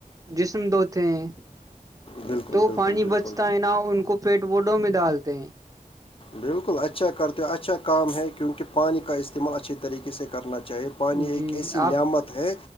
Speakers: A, on the right (about 25°); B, on the left (about 40°).
A: جسم دھوتے ہیں
B: بالکل
A: تو
B: بالکل
A: پانی
B: بالکل
A: بچتا ہےا نہ ان کو پیٹ بورڈوں میں ڈالتے ہیں
B: بالکل اچھا کرتے ہو اچھا کام ہے کیونکہ پانی کا استعمال اچھھی طریقے سے کرنا چاہے پانی
A: جی
B: ایک ایسی
A: آپ
B: نعمت ہے